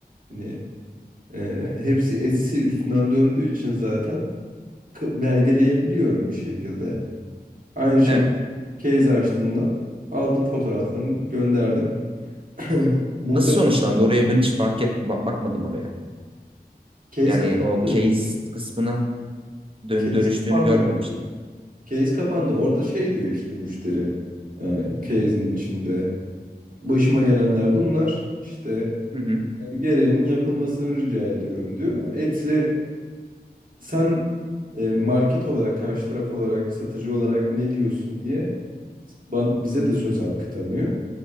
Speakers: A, on the right; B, on the right.
A: hani e, hepsi etsi üstünden döndüğü için zaten k- belgeleyebiliyorum bir şekilde. Aynı şey
B: Evet.
A: case açtığında aldım fotoğraflarını gönderdim. <laughs> Muhtemelen
B: Nasıl sonuçlandı? Oraya ben hiç fark et ba- bakmadım oraya.
A: case
B: Yani
A: kapandı.
B: o case kısmına dön
A: Case
B: dönüştüğünü
A: kapandı.
B: görmemiştim.
A: Case kapandı. Orada şey diyor işte müşteri e, case'in içinde. Başıma gelenler bunlar. İşte
B: Hı hı,
A: e, gereğinin yapılmasını rica ediyorum diyor. Etse sen e, market olarak, karşı taraf olarak, satıcı olarak ne diyorsun diye ban- bize de söz hakkı tanıyor.